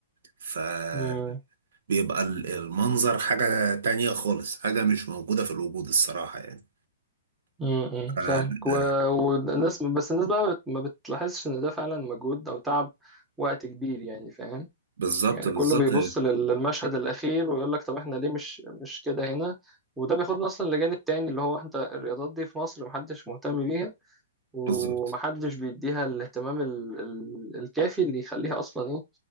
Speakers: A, on the right (about 60°); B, in the centre.
A: فبيبقى
B: مم.
A: ال- المنظر حاجة تانية خالص حاجة مش موجودة في الوجود الصراحة يعني
B: مم.
A: ف- آه،
B: فاهمك و... والناس بس الناس بقى بت... ما بتلاحظش ان ده فعلا مجهود او تعب وقت كبير يعني فاهم
A: بالظبط
B: يعني
A: بالظبط
B: كله بيبص لل- للمشهد الأخير ويقول لك طب احنا ليه مش مش كده هنا وده بياخدنا أصلا لجانب تاني اللي هو انت الرياضات دي في مصر محدش مهتم بيها ومحدش
A: بالظبط
B: بيديها الاهتمام ال- ال- الكافي اللي يخليها أصلا ايه